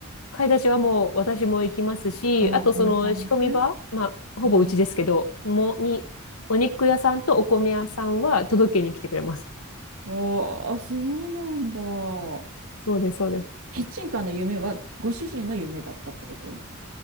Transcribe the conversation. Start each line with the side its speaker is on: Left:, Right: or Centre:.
Left: 買い出しはもう私も行きますし、
Right: あの、
Left: あとその仕込み場、
Right: 分担ね。
Left: まあ、ほぼうちですけど、
Right: うん。
Left: もに、お肉屋さんとお米屋さんは届けに来てくれます。
Right: ああ、そうなんだ。
Left: そうです、そうです。
Right: キッチンカーの夢はご主人の夢だったってこと